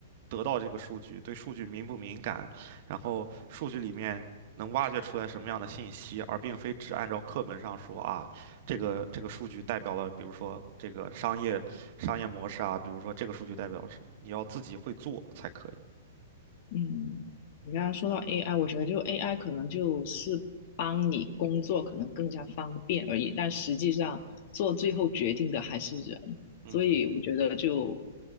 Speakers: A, on the right (about 45°); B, on the left (about 45°).
A: 得到这个数据，对数据敏不敏感，然后数据里面能挖掘出来什么样的信息，而并非只按照课本上说啊，这个这个数据代表了，比如说这个商业商业模式啊，比如说这个数据代表了什么，你要自己会做才可以。
B: 嗯，你刚刚说到 AI，我觉得就 AI 可能就是帮你工作可能更加方便而已，但实际上做最后决定的还是人，
A: 嗯嗯哼。
B: 所以我觉得就